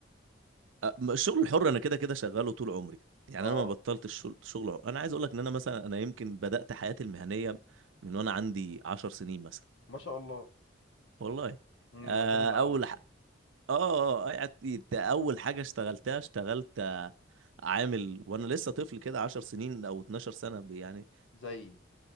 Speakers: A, on the right; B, on the left.
A: أ- م- الشغل الحر انا كده كده شغاله طول عمري يعني
B: اه
A: انا ما بطلت الشغل شغل حر. انا عايز اقول لك ان انا مثلا انا يمكن بدات حياتي المهنيه من وانا عندي 10 سنين مثلا
B: ما شاء الله
A: والله
B: مم،
A: آه،
B: معتمد على
A: اول
B: نفسك
A: ح... اه آه، يعني اول حاجه اشتغلتها اشتغلت آه، عامل وانا لسه طفل كده 10 سنين او 12 سنه ب- يعني
B: زي